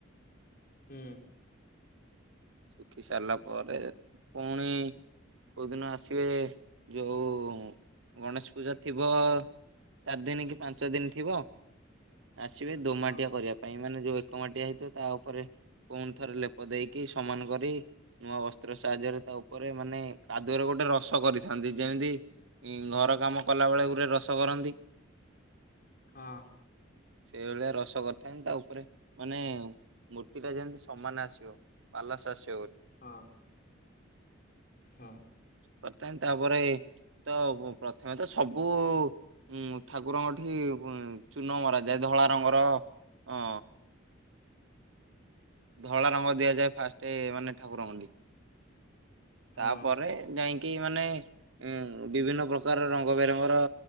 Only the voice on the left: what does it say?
ହୁଁ।
ହଁ
ହଁ।
ହଁ। ହଁ।
ହଁ